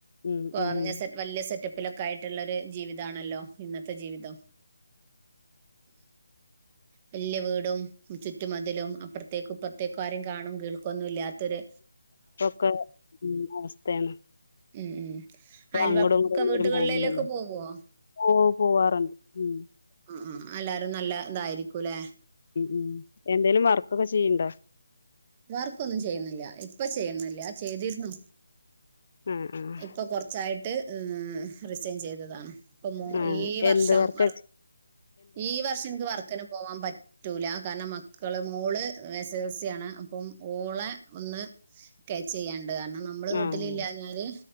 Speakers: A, on the left (about 55°); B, on the right (about 25°).
A: ഉം
B: കൊർ
A: ഉം
B: സെറ്റ് വലിയ സെറ്റപ്പ് പ്പിലൊക്കെ ആയിട്ടുള്ളൊരു ജീവിതമാണല്ലോ ഇന്നത്തെ ജീവിതം വലിയ വീടും ചുറ്റുമതിലും അപ്പ ത്യേക്ക് ഇപത്യേക ആരും കാണും കേ ഒന്നു ഇല്ല ത്തൊര്
A: ഒക്കെ അവസ്ഥയാണ്
B: ഉം ഉം
A: ഇപ്പൊ
B: അയൽവക്ക
A: അങ്ങടും ഇങ്ങടും എല്ലാരും
B: വീട്ടുകളേിലൊക്കെ
A: പോവില്ലല്ലോ
B: പോവോ
A: ഓ പോവാറുണ്ട് ഉം
B: ആ ആ എല്ലാരും നല്ല ഇതായിരിക്കുംല്ലെ
A: ഉ ഉം എന്തേങ്കലും വർ ക്കൊക്കെ ചെയ്യ്ണ്ട
B: വർക്കൊന്നും ചെയ്യുന്നില്ല ഇപ്പ ചെയ്യുന്നില്ല ചെയ്തിരുന്നു.
A: ആഹ് ആഹ്
B: ഇപ്പൊ കൊറച്ചായിട്ട് ട്ട് റിസൈൻ ചെയ്തതാണ്. ഇപ്പൊ മോ
A: ആഹ്
B: ഈ വർഷം
A: എന്ത് വർക്ക
B: ഈ വർഷം എനിക്ക് വർക്കന് പോകൻ പറ്റൂല കാരണം മക്കള് മോള് എ എൽ സി ആണ് അപ്പം ഓള ഒന്ന് ചെയ്യ ണ്ട് കാരണം നമ്മള് വീട്ടില
A: ആഹ്
B: ഇില്ലാഞാല്.